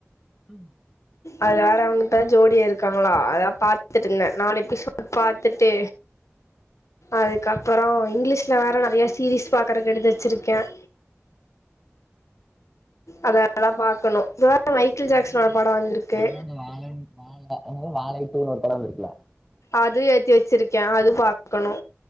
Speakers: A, in the centre; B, on the left (about 80°).
A: உம்
B: அது வேற அவங்கிட்ட ஜோடியா இருக்காங்களா அதான் பாத்துட்டு இருந்த நாலு எபிசோட் பாத்துட்டு அதுக்கா அப்புறம் இங்கிலீஷ்ல வேற நறைய சீரிஸ் பாக்குறக்கு எடுத்து வெச்சிருக்கேன் அதெல்லா பாக்கணு மைக்கேல் ஜாக்சனோட
A: நானு
B: படோ வந்திருக்கு
A: நானு அந்த வாழ வாழ வாழைட்டுனு ஒரு படோ வந்திருக்கல்ல
B: அது ஏத்தி வெச்சிருக்கேன் அது பாக்கணு